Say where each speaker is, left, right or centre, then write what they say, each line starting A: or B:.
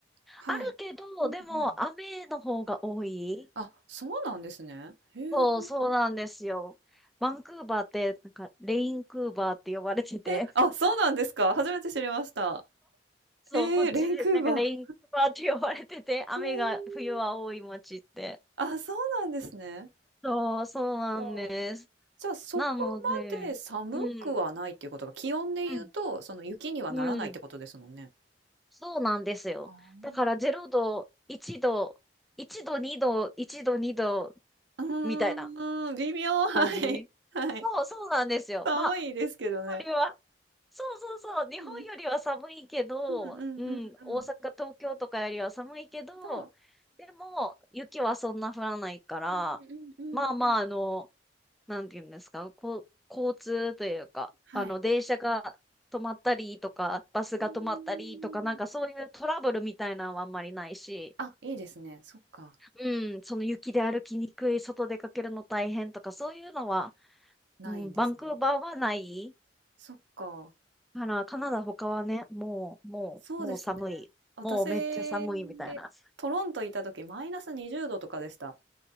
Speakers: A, on the right (about 75°); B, in the centre.
A: はい。
B: あるけど、
A: うんうん。
B: でも雨の方が多い。
A: あ、そうなんですね。へえ。
B: そうそうなんですよ。バンクーバーって、なんかレインクーバーって呼ばれてて、
A: え、あ、そうなんですか？初めて知りました。
B: そう、
A: ええ、
B: こっちで、
A: レンクーバ
B: なんかレインカバーって呼ばれてて、<laughs> 雨が冬は多い町って。
A: ー。へえ。あ、そうなんですね。
B: そう、そうなんです。
A: か。じゃあ、そこまで寒くはないっていうことが、
B: なので、うん、
A: 気温で言うと、
B: うん、
A: その雪にはならないってことですもんね。
B: うん、そうなんですよ。
A: あ
B: だから0度、1度、1度、2度、1度、2度、
A: あ。
B: みたいな
A: うーん、微妙、はい。
B: 感じ。
A: はい。
B: そう、そうなんですよ。
A: 寒いですけどね。
B: まあ、よりは、そうそうそう、日本よりは寒いけど、
A: うん。うんうんうんうん。
B: うん、大阪、東京とかよりは寒いけど、
A: と
B: でも、雪はそんな降らないから、
A: うんうんうんうんうんうん
B: まあまあ、あの、なんていうんですか、こう、交通というか、
A: はい。
B: あの、電車が止まったりとか、バスが止まったりとか、
A: うーん。
B: なんかそういうトラブルみたいなのはあんまりないし、
A: あ、いいですね。そっか、
B: うん、その雪で歩きにくい、外出かけるの大変とか、そういうのは、
A: ないんですね。
B: うん、バンクーバーはない
A: そっか、
B: から、カナダ他はね、もう、もう、
A: そうですね。
B: もう寒い。
A: 私、
B: もうめっちゃ寒いみたいな。
A: トロントいた時マイナス20度とかでした。